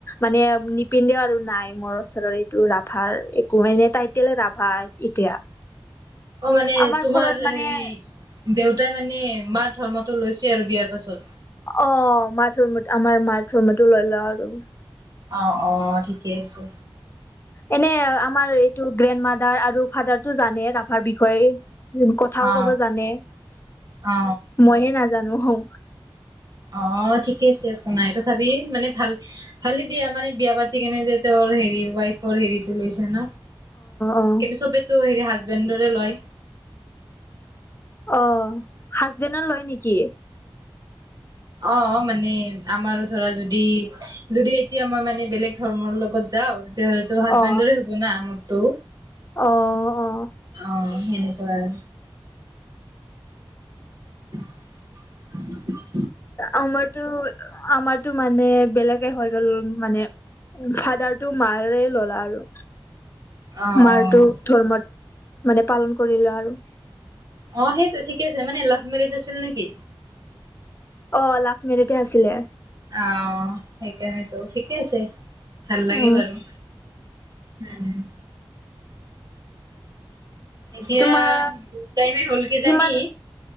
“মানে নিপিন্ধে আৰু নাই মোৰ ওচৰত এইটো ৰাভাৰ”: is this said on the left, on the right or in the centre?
Left